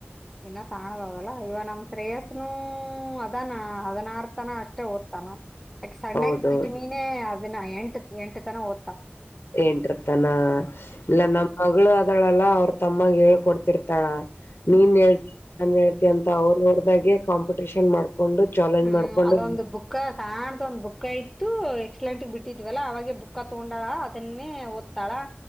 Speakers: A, in the centre; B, on the left (about 65°).
A: ಇನ್ನ ಸಾಣದದಲ್ಲ ಇವ ನಮ್ಮ ಶ್ರೇಯಸ್ನು ನು ಅದಾನ ಹದನಾರತನ ಅಷ್ಟೇ ಓದ್ತಾನ. ಅಕ ಸಣ್ಣಾಕಿ
B: ಹೌದೌದು
A: ಚಿಟಮೀನೆ ಅದನ್ನ ಎಂಟ ಎಂಟು ತನ ಓದ್ತತ್ತಾಳ.
B: ಏಂಟಿರ್ತಾನ ಇಲ್ಲ ನಮ್ಮ್ ಮಗಳು ಅದಳಲ್ಲ ಅವ್ರ ತಮ್ಮಾಗ ಹೆಳ್. ಕೊಡ್ತಿರ್ತಾಳ ನೀನ್
A: ಹ್ಮ್
B: ಹೇಳ್ತಿ ನಾನನ್ ಹೇಳ್ತಿ ಅಂತ ಅವ್ರವ ದೆ ಕಾಂಪಿಟೇಷನ್ ಮಾಡ್ಕೊಂಡು ಚಾಲೆಂಜ್
A: ಹ್ಮ್
B: ಮಾಡ್ಕೊಂಡು
A: ಅದೊಂದು ಬುಕ್ಕ ಸಾಣ್ಣದ ಒಂದ್ ಬುಕ್ಕ ಇತ್ತು ಎಕ್ಸಲೆಂಟ್ಗ್ ಬಿಟ್ಟಿದ್ವಲ್ಲ ಅವಾಗೆ ಬುಕ್ಕ ತಗೊಂಡಳ ಅದನ್ನೇ ತಳ